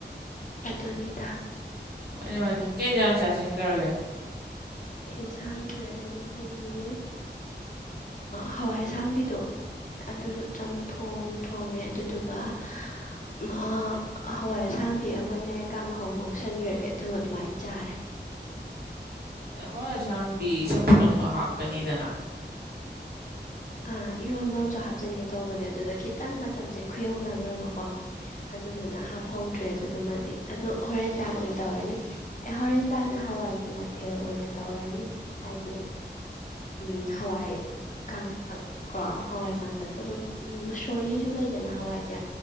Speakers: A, on the left; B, on the right.
A: ꯑꯗꯨꯅꯤꯇꯥ
B: ꯍꯣꯏꯅꯦ ꯍꯣꯏꯅꯦ ꯀꯩ ꯏꯟꯖꯥꯡ ꯆꯥꯖꯤꯟꯒꯔꯥꯒꯦ
A: ꯏꯟꯁꯥꯡꯁꯦ ꯉꯁꯤꯒꯤ ꯍꯋꯥꯏ ꯑꯥ ꯑꯁꯥꯡꯕꯤꯗꯣ ꯑꯗꯨꯗꯣ ꯆꯝꯊꯣꯡ ꯊꯣꯡꯉꯦ ꯑꯗꯨꯗꯨꯒ ꯑꯥ ꯍꯋꯥꯏ ꯑꯁꯥꯡꯕꯤ ꯑꯃꯅꯦ ꯀꯥꯡꯍꯧ ꯉꯧꯁꯟꯒꯔꯦ ꯑꯗꯨ ꯑꯗꯨꯃꯥꯏꯅ ꯆꯥꯔꯦ
B: ꯍꯋꯥꯏ ꯑꯁꯥꯡꯕꯤ ꯆꯝꯐꯨꯠ ꯑꯝꯒ ꯍꯥꯞꯀꯅꯤꯗꯅ
A: ꯑꯥ ꯏꯔꯣꯟꯕ ꯑꯝꯁꯨ ꯍꯥꯞꯆꯟꯒꯦ ꯇꯧꯕꯅꯦ ꯑꯗꯨꯗ ꯈꯤꯇꯪ ꯃꯇꯝꯖꯦ ꯈꯨꯌꯧꯅꯒꯔꯕꯀꯣ ꯑꯗꯨꯗꯨꯅ ꯍꯥꯞꯐꯧꯗ꯭ꯔꯦ ꯑꯗꯨꯗꯨꯃꯗꯤ ꯑꯗꯣ ꯍꯣꯔꯦꯟꯗꯥꯥꯡ ꯑꯣꯏꯅ ꯇꯧꯔꯅꯤ ꯑꯦ ꯍꯣꯔꯦꯟꯗꯥꯡꯅ ꯍꯋꯥꯏꯒꯤ ꯃꯊꯦꯜ ꯑꯣꯏꯅ ꯇꯧꯔꯅꯤ ꯍꯥꯏꯗꯤ ꯎꯝ ꯍꯋꯥꯏ ꯀꯥꯡ ꯀꯣ ꯍꯋꯥꯏ ꯀꯥꯡꯇꯛꯇꯣ ꯑꯗꯨꯝ ꯃꯨꯁꯣꯔꯤꯁꯨ ꯂꯩꯗꯅ ꯍꯋꯥꯏꯖꯦ